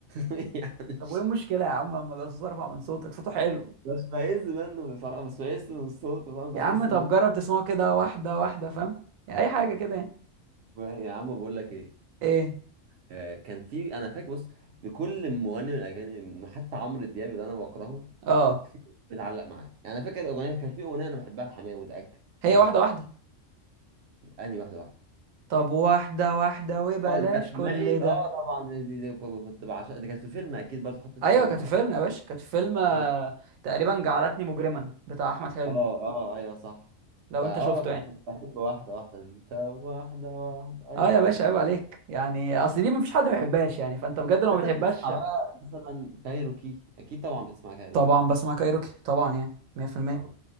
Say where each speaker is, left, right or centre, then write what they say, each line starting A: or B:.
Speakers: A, on the right; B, on the right.
A: <laughs> يعني
B: طب
A: مش
B: وايه المشكله يا عم اما بقى صوت ارفع من صوتك صوته حلو
A: بستفز منه بصراحه بس بستفز من صوته فاهم
B: يا
A: بحس
B: عم طب
A: انه
B: جرب تسمعه كده واحده واحده فاهم يعني اي حاجه كده يعني
A: يا عم بقول لك ايه
B: ايه
A: آه، كان في انا فاكر بص لكل مغني من الاجانب حتى عمرو دياب اللي انا بكرهه
B: اه
A: في بتعلق معاه يعني انا فاكر اغنيه كان في اغنيه انا بحبها لحماقي متاكد
B: هي
A: فاهم
B: واحده واحده
A: انهي واحده واحده
B: طب واحده واحده وبلاش
A: اه دي كانت
B: كل
A: حماقي
B: ده
A: اه طبعا دي, دي, دي كنت بعشقها دي كانت في فيلم اكيد برضه حطت في
B: ايوه
A: فيلم
B: كانت
A: اه
B: في فيلم يا باشا كانت في فيلم آه،
A: اه
B: تقريبا جعلتني مجرما بتاع احمد حلمي
A: اه آه، ايوه صح
B: لو
A: فاه
B: انت شفته يعني
A: كنت بحب واحده واحده دي طب واحده واحده ايوه
B: اه يا باشا
A: كانت
B: عيب عليك يعني اصل دي مفيش حد ما بيحبهاش يعني فانت بجد لو
A: انت
B: ما بتحبهاش
A: بتسمع بقى مثلا كايروكي اكيد طبعا بتسمع كايروكي
B: طبعا بسمع كايروكي طبعا يعني 100%
A: اه